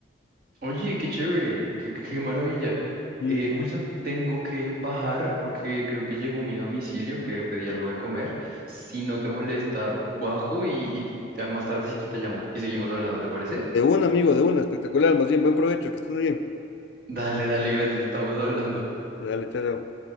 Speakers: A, on the right; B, on the left.
A: Oye, qué chévere, qué, qué maravilla.
B: Mm.
A: Eh, Wilson, tengo que bajar porque creo que llegó mi domicilio, que pedí algo de comer. Si no te molesta, bajo y, y te- más tardecito te llamo y seguimos hablando, ¿te parece?
B: De un amigo, de una, espectacular, más bien, buen provecho, que estés muy bien.
A: Dale, dale, gracias, estamos hablando.
B: Dale, chao. chao.